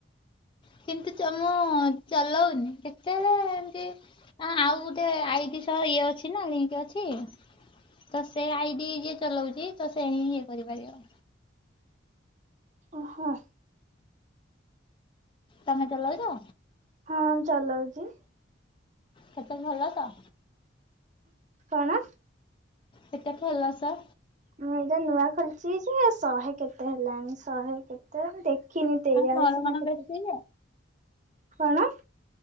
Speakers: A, on the left (about 25°); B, on the right (about 40°).
A: କିନ୍ତୁ ମୁଁ ଚଲାଉନି କେତେବେଳେ ଏମତି ହ ଆଉ ଗୋଟେ ଆଇଡି ସହ ଇଏ ଅଛି ନା ଲିଙ୍କ ଅଛି। ତ ସେ ଆଇଡି ଯିଏ ଚଲଉଛି ତ ସେ ହିଁ ଇଏ କରିପାରିବ।
B: ଓହୋ।
A: ତମେ ଚଲଉଛ?
B: ହଁ ଚଲଉଛି।
A: ସେତେ ଭଲ ତ।
B: କଣ?
A: କେତେ ଫଲର୍ସ?
B: ମୁଁ ଏଇଟା ନୂଆ ଖୋଲିଛି ଯେ ଶହେ କେତେ ହେଲାଣି ଶହେ କେତେ ଦେଖ କିଣିତେଇଆଲିସି
A: ଆଉ ମୋର
B: ସିନା
A: କଣ
B: କେତେ
A: ବେଶୀ ଯେ
B: କଣ?